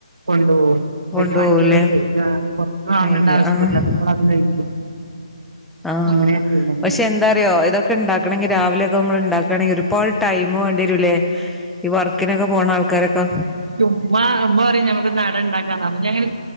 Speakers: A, on the right; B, in the centre.
A: കൊണ്ടോവും
B: കൊണ്ടുപോകൂലേ
A: <unintelligible> വണ്ടി കഴിക്കും ആഹ് പുറത്തു നിന്ന് വാങ്ങേണ്ട
B: അയ്യോ
A: ആവശ്യന്നൂല്ല
B: ആഹ്
A: <unintelligible> അത് കഴിക്കും
B: ആഹ്
A: അങ്ങനെയാ ചെയ്യല് ഞങ്ങള്
B: പക്ഷെ എന്താറിയോ ഇതൊക്കെ ഉണ്ടാക്കണെങ്കിൽ രാവിലെ ഒക്കെ നമ്മൾ ഉണ്ടാക്കണെങ്കിൽ ഒരുപാട് ടൈം വേണ്ടി വരൂലേ ഈ വർക്കിനൊക്കെ പോണ ആൾക്കാരൊക്കെ
A: ഉമ്മാ ഉമ്മ പറയും ഞമ്മക്ക് ഇന്ന് അട ഉണ്ടാക്കാം അപ്പൊ ഞാങ്ങനെ